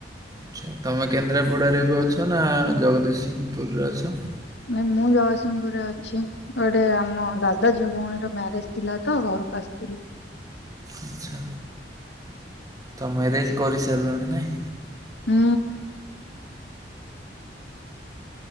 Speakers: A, on the right; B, on the left.
A: ଆଚ୍ଛା ତମେ କେନ୍ଦ୍ରାପଡ଼ାରେ ଏବେ ଅଛ ନା ଜଗଦୀଶସିଂହପୁରରେ ଅଛ।
B: ନାଇ ମୁଁ ଜଗତସିଂହପୁରରେ ଅଛି। ଗୋଟେ ଆମ ଦାଦା ଝିଅ ଭଉଣୀର ମ୍ୟାରେଜ ଥିଲା ତ ଘରକୁ ଆସିଥିଲି।
A: ଆଚ୍ଛା ତ ମ୍ୟାରେଜ୍ କରିସାରିଲଣି ନାଇଁ।
B: ହୁଁ।